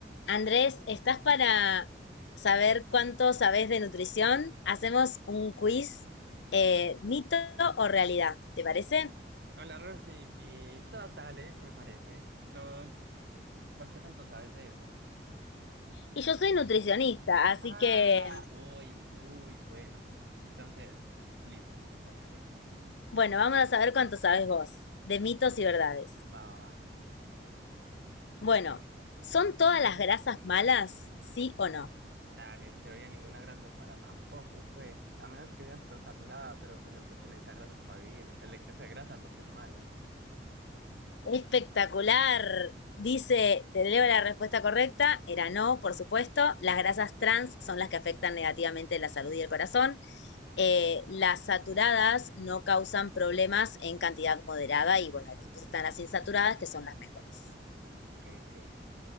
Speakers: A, on the left; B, on the right.
A: Andrés, ¿estás para saber cuánto sabes de nutrición? Hacemos un quiz, eh, mito o realidad, ¿te parece?
B: Hola, Rosy. vi- da- Dale, me parece. Que todos. ¿Vos qué tanto sabes de eso?
A: Y yo soy nutricionista, así
B: Ah,
A: que,
B: uy, uy, bueno. Entonces, listo, listo, dale.
A: bueno, vamos a saber cuánto sabes vos de mitos y verdades.
B: Va, va, va.
A: Bueno, ¿son todas las grasas malas? ¿Sí o no?
B: Dale, en teoría ninguna grasa es mala tampoco. Pues, a menos que sea súper saturada, pero pues el cuerpo necesita grasas para vivir. El exceso de grasa es lo que es malo.
A: Espectacular. Dice, te leo la respuesta correcta, era no, por supuesto. Las grasas trans son las que afectan negativamente la salud y el corazón. Eh, las saturadas no causan problemas en cantidad moderada y bueno, después están las insaturadas que son las mejores.
B: Ok, ok.